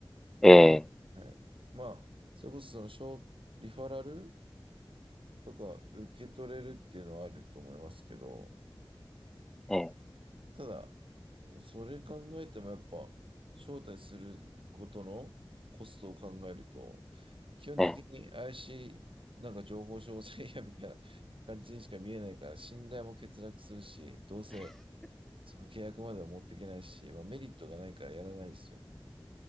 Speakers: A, in the centre; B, on the right.
A: ええ、
B: はい。まあ、それこそその、紹リファラルとか受け取れるっていうのはあると思いますけど、
A: ええ、
B: ただ、それ考えてもやっぱ、招待することのコストを考えると、基本的に怪しい、
A: ええ。
B: なんか情報商材やみたいな感じにしか見えないから、信頼も欠落するし、どうせその契約までは持っていけないし、まあ、メリットがないからやらないですよね。